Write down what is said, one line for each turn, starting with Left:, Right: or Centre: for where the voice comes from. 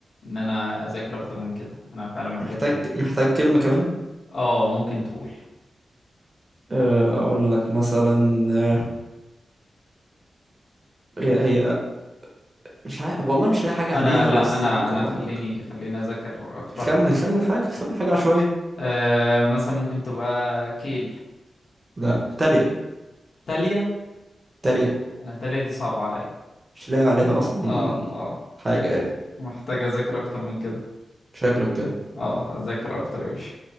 Left: ان انا اذاكر اكتر من كده انا فعلا محتاج
Right: محتاج
Left: اذاكر
Right: محتاج كلمة كمان
Left: اه ممكن تقول
Right: آه، اقول لك مثلا آه، هي هي مش عارف والله مش لاقي حاجة
Left: انا
Right: عليها
Left: لا
Right: بس
Left: انا
Right: ممكن
Left: انا
Right: أقول
Left: خليني
Right: لك
Left: خليني اذاكر اكتر
Right: خمن خمن حاجة خمن حاجة عشوائية
Left: أه مثلا ممكن تبقى كيل
Right: لا تالية
Left: تالية
Right: تالية
Left: أنا تالية دي صعبة عليا
Right: مش لاقي عليها أصلا
Left: اه اه
Right: حاجة يعني
Left: محتاج اذاكر اكتر من كده
Right: شكلك كده
Left: اه اذاكر اكتر يا باشا